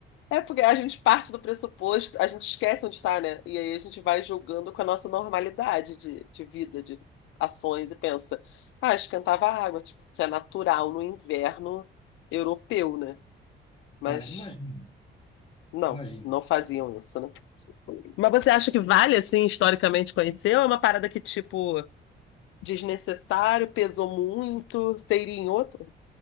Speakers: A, on the left (about 80°); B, on the left (about 25°).
A: É porque a gente parte do pressuposto, a gente esquece onde está, né? E aí a gente vai julgando com a nossa normalidade de, de vida, de ações, e pensa, ah, esquentava a água, tipo, que é natural no inverno europeu, né? Mas
B: Cara, imagina,
A: não,
B: imagina.
A: não faziam isso, né? Mas você acha que vale, assim, historicamente conhecer, ou é uma parada que, tipo, desnecessário, pesou muito, seria em outro?